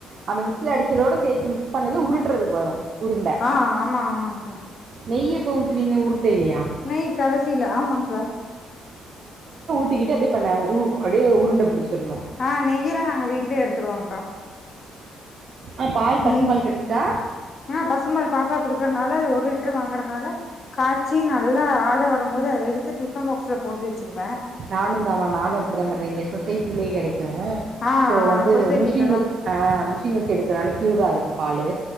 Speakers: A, on the right; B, on the left.
A: அந்த மிக்சில அடிச்சதோட சேத்து மிக்ஸ் பண்ணைல உருட்றதுக்கு வரு உருண்ட
B: ஆ ஆமா ஆமாங்க்கா
A: நெய்ய எப்போ ஊத்துவீங்க உருட்டய்லயா
B: நெய் கடைசில ஆமாங்க்கா
A: சுத்தி கிட்டே அப்டியே பண்ண உ அப்டியே உருண்ட புடிச்சிரணு
B: ஆ நெய்யல்லா நாங்க வீட்லயே எடுத்துடுவோங்க்கா
A: ஆ பால் பசும்
B: நெய்
A: பால் கெடைக்குதா
B: ஆ பசும்பால் பாப்பா குடுக்குறனால அது ஒரு லிட்டர் வாங்கறனால காய்ச்சி நல்லா ஆட வருபோது அத எடுத்து டிஃபன் பாக்ஸ்ல போட்டு வச்சுருப்ப
A: நானு தா மா நானு அப்டிதா பண்ற இங்க சொசைட்டிலே கெடைக்கு
B: ஆ
A: சோ
B: ஆ
A: வந்து
B: சொசைட்டிலதா
A: மிஷின் வச்சு அ மிஷின் வச்சு எடுக்கனால ப்யூரா இருக்கு பாலு